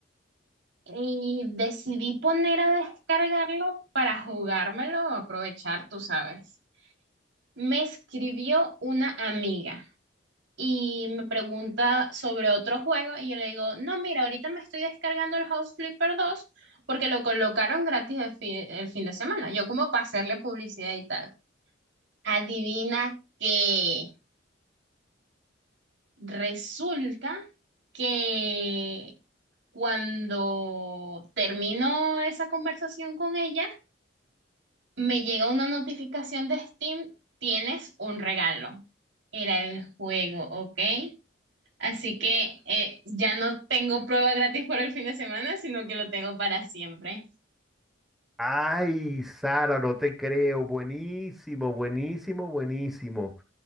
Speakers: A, on the right; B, in the centre.
A: Y decidí poner a descargarlo para jugármelo o aprovechar, tú sabes. Me escribió una amiga y me pregunta sobre otro juego y yo le digo, no, mira, ahorita me estoy descargando el House Flipper dos porque lo colocaron gratis el fin, el fin de semana, yo como para hacerle publicidad y tal. Adivina que resulta que cuando termino esa conversación con ella, me llega una notificación de Steam, tienes un regalo. Era el juego, ¿ok? Así que eh, ya no tengo prueba gratis por el fin de semana, sino que lo tengo para siempre.
B: Ay, Sara, no te creo. Buenísimo, buenísimo, buenísimo.